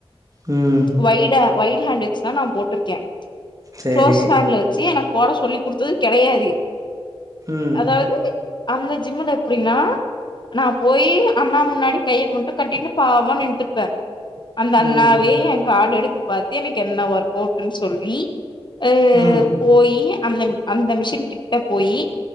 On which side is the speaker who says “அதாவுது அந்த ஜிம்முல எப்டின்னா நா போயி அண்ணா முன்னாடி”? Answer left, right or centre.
Left